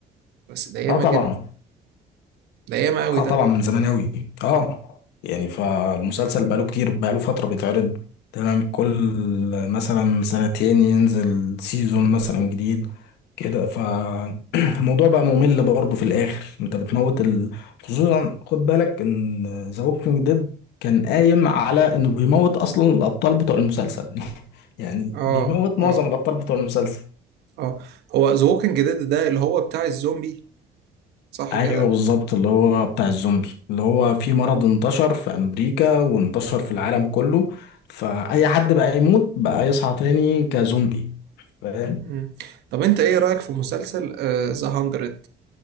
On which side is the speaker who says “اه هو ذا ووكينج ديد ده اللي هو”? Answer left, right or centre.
Right